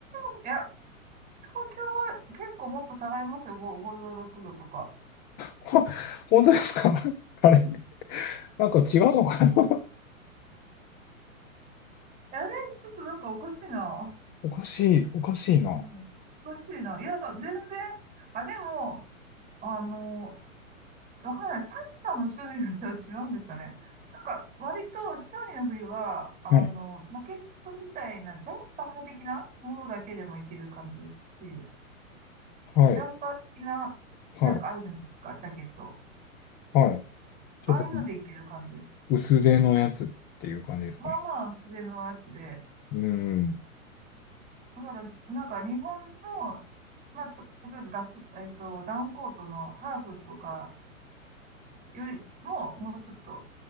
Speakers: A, on the right; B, on the left.
A: も、いや、東京は結構もっと下がりますよ。5、5度、6度とか。
B: <laughs> 本当ですか <laughs> あれなんか違うのかな
A: あれ、ちょっとなんかおかしいな。
B: おかしい、おかしいな。
A: うんおかしいな。いや、全然。あ、でも、あの、わかんない。寒さの種類がじゃあ違うんですかね。なんか、割と、シドニーの冬は、あの、
B: はい
A: ジャケットみたいな、ジャンパー的なものだけでもいける感じです。冬。
B: はい、
A: ジャンパー的な、
B: はい、
A: なんかあるじゃないですか、ジャケット。
B: はい。ちょっと
A: ああいうのでいける感じです。
B: 薄手のやつっていう感じですかね。
A: まあまあ、薄手のやつで。
B: うん、
A: だから、なんか日本の、まあ、た例えばダフ、えっと、ダウンコートのハーフとかよりも、もうちょっと、